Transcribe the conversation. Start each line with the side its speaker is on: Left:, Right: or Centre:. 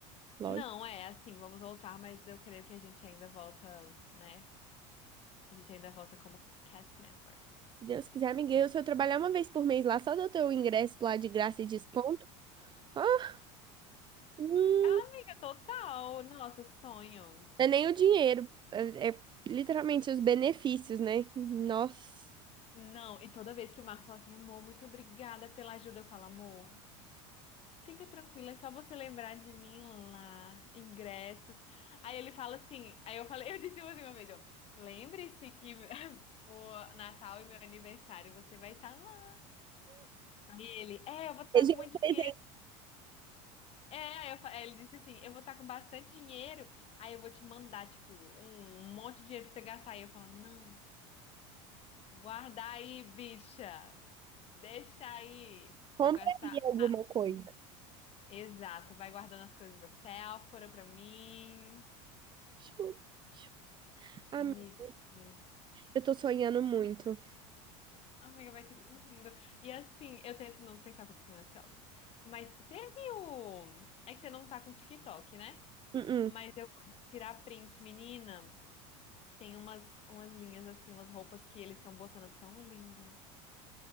Right: Lógico.
Left: Não, é assim, vamos voltar, mas eu creio que a gente ainda volta, né? A gente ainda volta como cast member
Right: Se Deus quiser, amiguinho, se eu trabalhar uma vez por mês lá, só do teu ingresso lá de graça e desconto, ah, hum,
Left: Ah, amiga, total. Nossa, sonho.
Right: não é nem o dinheiro, é, é literalmente os benefícios, né? Nossa.
Left: Não, e toda vez que o Marcos fala assim, amor, muito obrigada pela ajuda, eu falo, amor, fica tranquila, é só você lembrar de mim lá, ingressos. Aí ele fala assim, aí eu falei, <laughs> eu disse assim uma vez, ó, lembre-se que <laughs> o Natal e meu aniversário você vai estar lá. E ele, é, eu vou estar
Right: Seja
Left: com muito
Right: um
Left: dinheiro.
Right: presente,
Left: É, eu fa- é, ele disse assim, eu vou estar com bastante dinheiro, aí eu vou te mandar, tipo, um monte de dinheiro pra você gastar. Aí eu falo, não, guarda aí, bicha, deixa aí pra
Right: compraria
Left: eu gastar.
Right: alguma
Left: aqui."
Right: coisa.
Left: Exato, vai guardando as coisas da Sephora pra mim.
Right: Juro, juro. Amiga,
Left: Amiga, é.
Right: eu tô sonhando muito.
Left: amiga, vai ser tudo lindo. E assim, eu tento não pensar que eu fico meio ansiosa. Mas você viu? É que você não tá com TikTok, né?
Right: Uh-uh,
Left: Mas eu vou tirar print, menina. Tem umas, umas linhas assim, umas roupas que eles estão botando tão lindas.